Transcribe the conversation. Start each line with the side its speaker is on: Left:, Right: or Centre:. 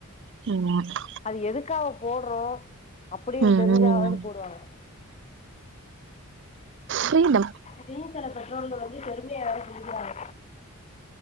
Right: ம்
Left: அது எதுக்காக போடுறோ அப்டின்னு
Right: ம்
Left: தெரிஞ்சாவது போடுவாங்க
Right: புரியில
Left: வீட்ல இருக்குற பெற்றோர்கள் வந்து பெரு உண்மையா யாரு இப்ப இருக்றாங்க